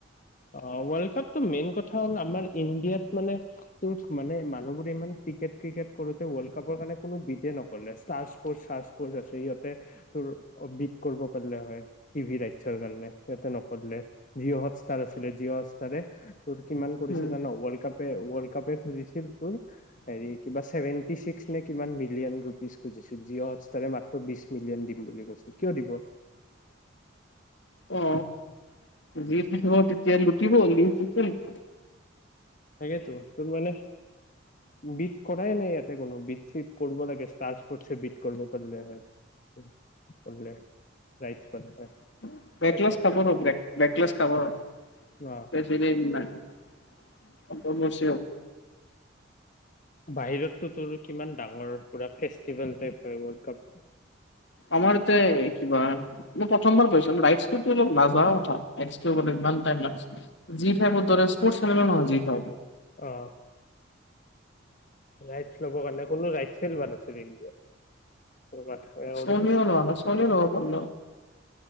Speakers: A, on the left; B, on the left.
A: অ' ওৱৰ্লড কাপতো মেইন কথা হ'ল আমাৰ ইণ্ডিয়াত মানে তোৰ মানে মানুহবোৰে ইমান ক্ৰিকেট, ক্ৰিকেট কৰোঁতে কৰোঁতে ৱ'ৰ্লড কাপৰ কাৰণে কোনো বিটে নকৰিলে, ষ্টাৰ স্পৰ্তচ ৰ্চপ'ৰ্চ আছে সিহ'তে তোৰ বিট কৰিব পাৰে হয়, টিভি ৰাইৰ্চৰ কাৰণে সিহঁতে নকৰিলে জিঅ' তাৰ আছিলে জি'অ হ'টষ্টাৰে আছে তাৰে তোৰ কিমান কৰিছে
B: উম
A: জান? ৱৰ্ল্ড কাপে ওৰ্ল্ড কােপ খুজিছিল তোৰ, হেৰি কিবা চেভেন্তিছিক্স নে কিমান মিলিয়ন ৰুপিজ খুজিছিল, জিঅ' হটষ্টাৰে মাত্ৰ বিশ মিলন দিম বুলি কৈছে, কিয় দিব?
B: অ'। যি থাকিব তেতিয়াই লুটিব যি <unintelligible>
A: সেয়েতো। তোৰ মানে বিট কৰাই নাই ইয়াতে কোনও, বিট চীট কৰিব লাগে ষ্টাৰ স্পৰ্টছে বিট কৰিব পাৰিলে হয়, ৰাইটচ পালে হয়।
B: <unintelligible>
A: টাইপ কথা অ
B: অ বছ
A: বাহিৰতোৰো কিমান ডাঙৰ পুৰা ফেষ্টিভেল টাইপ হয় ৱৰ্ল্ড কাপটো
B: আমাৰ এয়া কিবা প্ৰথমবাৰ কৈছ ো অল নযা কথা কিয় াই লাগ জি ফাইৰ মৰে সৰ্ যি খ
A: আহ ৰাইটছ ল'বৰ কাৰণে কোনো ৰাইট চেল নাছিল ইণ্ডিয়া মাথা বেয়া কৰি
B: সোনিয়
A: দিছে
B: ল ন সোনিয় ল পন